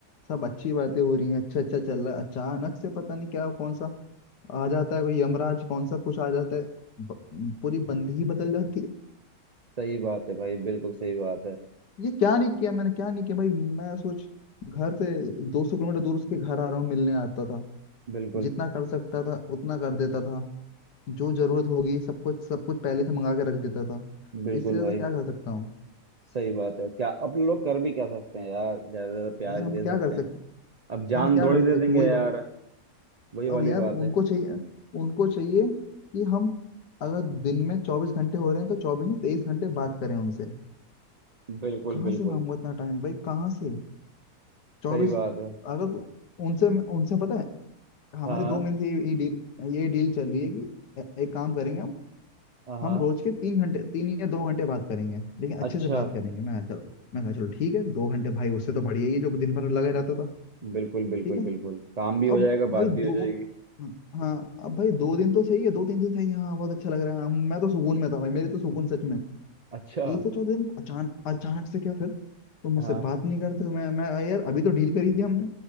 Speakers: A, on the left (about 85°); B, on the right (about 45°).
A: सब अच्छी बातें हो रही हैं अच्छा अच्छा चल रहा है अचानक से पता नहीं क्या कौन सा आ जाता है कोई यमराज कौन सा कुछ आ जाता है ब, पूरी बंदगी ही बदल जाती है
B: सही बात है भाई बिल्कुल सही बात है
A: ये क्या नहीं किया मैंने क्या नहीं किया भाई मैं सोच घर से 200 किलोमीटर दूर उसके घर आ रहा हूँ मिलने आता था
B: बिल्कुल
A: जितना कर सकता था उतना कर देता था जो जरूरत होगी सब कुछ सब कुछ पहले से मंगा के रख देता था
B: बिल्कुल
A: इससे ज्यादा
B: भाई
A: क्या कर सकता हूँ
B: सही बात है क्या अब लोग कर भी क्या सकते हैं यार ज्यादा ज्यादा प्यार
A: यार हम
B: दे
A: क्या
B: सकते
A: कर
B: हैं
A: सकते
B: अब जान
A: हम क्या
B: थोड़ी
A: कर
B: दे
A: सकते
B: देंगे
A: हैं? वही
B: यार
A: बात
B: वही वाली
A: अब यार
B: बात
A: उनको
B: है
A: चाहिए उनको चाहिए कि हम अगर दिन में चौबीस घंटे हो रहे हैं तो चौबीस में तेईस घंटे बात करें उनसे
B: बिल्कुल
A: कहाँ
B: बिल्कुल
A: से लाऊंगा इतना टाइम भाई कहाँ से चौबीस
B: सही बात है
A: अगर तो उनसे उनसे पता है हमारी
B: हाँ
A: दो महीने से ये ये डील ये डील चल रही है कि ए- एक काम करेंगे हम
B: हाँ
A: हम रोज के तीन घंटे तीन या दो घंटे बात करेंगे लेकिन अच्छे
B: अच्छा
A: से बात करेंगे मैं कहा, चलो मैं कहा चलो ठीक है दो घंटे भाई उससे तो बढ़िया ही है जो दिन भर लगे रहता था
B: बिल्कुल बिल्कुल
A: ठीक है
B: बिल्कुल काम भी हो
A: अब
B: जाएगा
A: भाई
B: बात भी
A: दो
B: हो जाएगी
A: हाँ अब भाई दो दिन तो सही है दो तीन दिन सही है हाँ बहुत अच्छा लग रहा है हाँ, मैं तो सुकून में था भाई मेरे तो सुकून सच में
B: अच्छा
A: तीसरे चौथे दिन अचानक अचानक से क्या फिर तो मुझसे
B: हाँ
A: बात नहीं करते मैं मैं यार अभी तो डील करी थी हमने